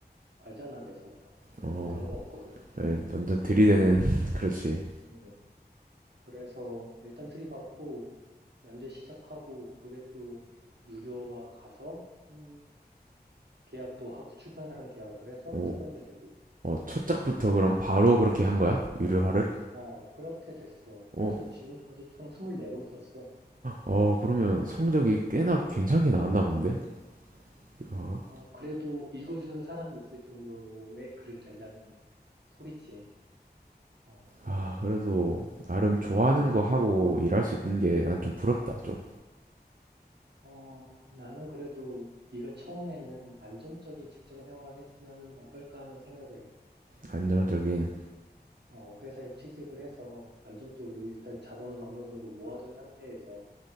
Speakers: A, on the right; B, on the right.
A: 알잖아 내 성격.
B: 어,
A: 나 그런 거 없거든.
B: 예, 완전 들이대는, <laughs> 그렇지.
A: 음. 그래서 일단 들이받고 연재 시작하고 그게 또 유료화 가서 음, 계약도 하고 출판사랑 계약을 해서
B: 오,
A: 출간이 되고
B: 어, 첫 작부터 그럼 바로 그렇게 한 거야? 유료화를?
A: 어 그렇게 됐어. 그래서
B: 어,
A: 지금까지 총 24권 썼어.
B: 어, 그러면 성적이 꽤나 괜찮게 나왔나 본데? 유료화가?
A: 아, 그래도 읽어주는 사람이 있을 정도의 글은 된다는 소리지. 어,
B: 아, 그래도 나름 좋아하는 거 하고 일할 수 있는 게 난 좀 부럽다, 좀.
A: 어, 나는 그래도 네가 처음에는 안정적인 직장 생활을 했으면 어떨까 하는 생각을 해.
B: 안정적인
A: 어, 회사에 취직을 해서 안정적으로 일단 자본을 어느 정도 모아둔 상태에서